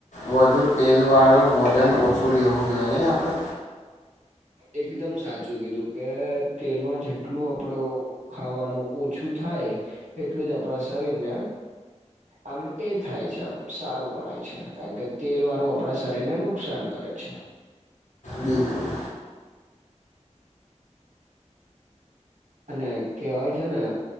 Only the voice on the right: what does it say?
એકદમ સાચું કીધું કે તેલમાં જેટલું આપડે ખાવાનું ઓછું થાય એટલું જ આપણા શરીરને આમ એ થાય છે આમ સારું ગણાય છે કારણ કે તેલ વાળું આપણા શરીરને નુકસાન કરે છે.
અને કેવાય છે ને